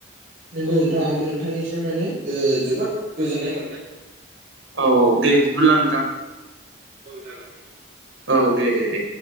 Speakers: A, on the right; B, on the right.
A: नंगौ नोंथां आंबो नोंथांनिसिम माने जोबोद गोजोननाय मोनदों।
B: औ औ दे बिदिब्ला नोंथां।
A: औ जागोन दे।
B: औ दे दे दे।